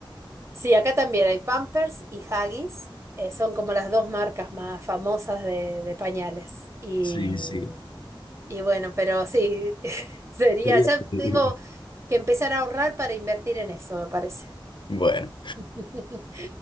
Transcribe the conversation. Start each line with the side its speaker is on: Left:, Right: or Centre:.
Right: Sí, acá también hay Pampers y Huggies. eh, son como las dos marcas más famosas de, de pañales. Y,
Left: Sí, sí.
Right: y bueno, pero sí, <laughs> sería,
Left: Sería
Right: ya
Left: increíble.
Right: tengo que empezar a ahorrar para invertir en eso, me parece.
Left: Bueno,
Right: <laughs>